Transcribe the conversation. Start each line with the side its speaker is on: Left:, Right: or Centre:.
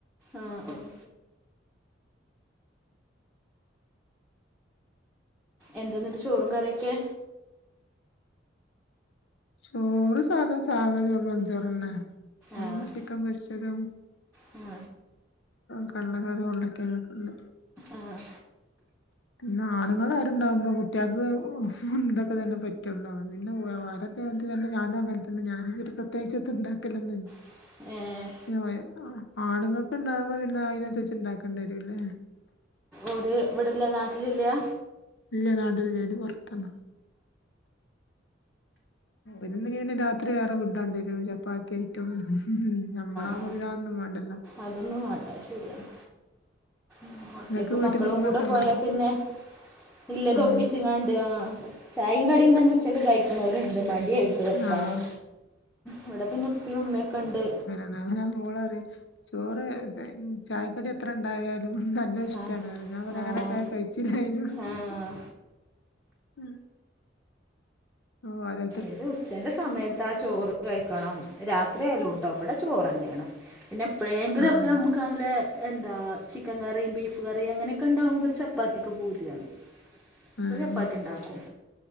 Centre: ആഹ് ആഹ് എന്തെന്നിട്ട് ചോറും കറിയൊക്കെ
Left: ചോറ് സാധ സാധാ ചോറ് വെറും ചോറ്ന്നെ
Centre: ആ
Left: ചിക്കൻ പൊരിച്ചതും
Centre: ആ
Left: കള്ളക്കാര് കൊള്ളക്കാനൊക്കെ ഉണ്ട്
Centre: ആഹ്
Left: പിന്നെ ആണുങ്ങൾ ആരുണ്ടാവുമ്പോ കുട്ടികൾക്ക് ഇന്തൊക്കെ തന്നെ പറ്റുള്ളു പിന്നെ വ ആ അത് തന്നെ ഞാനും അങ്ങൻ തന്നെ ഞാന് ങ്ങട്ട് പ്രതേകിച്ച് എത്തും ഉണ്ടാക്കല്ലെന്നും ല്ല
Centre: <unintelligible> ഏഹ്
Left: <unintelligible> ആണുങ്ങൾക്ക് ഇണ്ടാകുമ്പോ പിന്നെ അയിനനുസരിച്ച് ഇണ്ടാക്കണ്ടി വരുംല്ലേ
Centre: ഒര് ഇവില്ല നാട്ടിലില്ലാ
Left: ഇല്ല നാട്ടിലില്ല ഓ ല് പൊറ്ത്താണ് ഇന്ന് ഞാന്‌ രാത്രി വേറെ ഫുഡ ണ്ടി വരും ചപ്പാ കേട്ടും <unintelligible> നമ്മളാകുമ്പം
Centre: ആ
Left: പിന്നതൊന്നും വേണ്ടല്ലോ
Centre: അതൊന്നും വാണ്ട ശരിയാണ് മ് ഒറ്റക്ക്
Left: ഇങ്ങക്ക് വീട്ടില്
Centre: മക്കളും
Left: ഉമ്മയൊക്കെ
Centre: കൂടെ
Left: ഉണ്ടോ
Centre: പോയാ പിന്നെ ഇല്ലത്
Left: ആഹ്
Centre: ഒപ്പിച്ചിങ്ങാണ്ട് ആഹ് ചായയും കടിം തന്നെ ഉച്ചക്ക് കഴിക്ക് ണോര് ണ്ട് മടിയായി വെക്കാന്
Left: ആഹ്
Centre: ഇവിടെ പിന്നെ ഉപ്പി ഉമ്മയൊക്കെ ഇണ്ട്
Left: അങ്ങന മോളറിം ചോറ് ചായക്കടി എത്ര ണ്ടായ നല്ല ഇഷ്ടമാണ്
Centre: ആ
Left: പറിം ഞാൻ പറിം
Centre: ആ
Left: അങ്ങനക്കെ യാ കയി ചിലായി ന് ന്റെ ഉള്ളു
Centre: ആ
Left: കൂടെ ഓ ഓരോ
Centre: ഇത് ഉച്ചന്റെ സമയത്ത് ആ ചോറ് കഴിക്കണം രാത്രി ആയാലുംട്ടോ ഇവിടെ ചോറ്ന്നെയാണ് പിന്നെ എപ്പഴേങ്കിലുക്കെ
Left: ആഹ്
Centre: നമ്മക്ക് നല്ലേ എന്താ ചിക്കൻ കറിയും ബീഫ് കറിയും അങ്ങനെയൊക്കെ ഉണ്ടാവുമ്പോ ഒരു ചപ്പാത്തിക്ക് പൂതി യാണ് അപ്പ
Left: ആഹ്
Centre: ചപ്പാത്തി ഉണ്ടാക്കും